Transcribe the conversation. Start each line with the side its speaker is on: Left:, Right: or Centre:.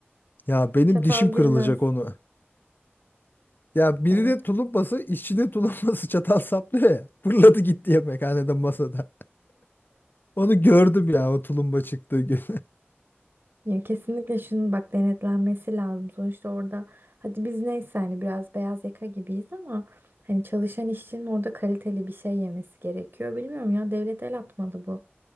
Left: Ya benim
Right: Çatal
Left: dişim
Right: girmez.
Left: kırılacak onu. Ya birine
Right: Evet.
Left: tulumbası, işçinin tulumbası <laughs> çatal saplıyor ya. Fırladı gitti yemekhanede masada. Onu gördüm ya o tulumba çıktığı gün.
Right: Ya kesinlikle şunun bak denetlenmesi lazım. Sonuçta orada hadi biz neyse hani biraz beyaz yaka gibiyiz ama hani çalışan işçinin orada kaliteli bir şey yemesi gerekiyor. Bilmiyorum ya devlet el atmadı bu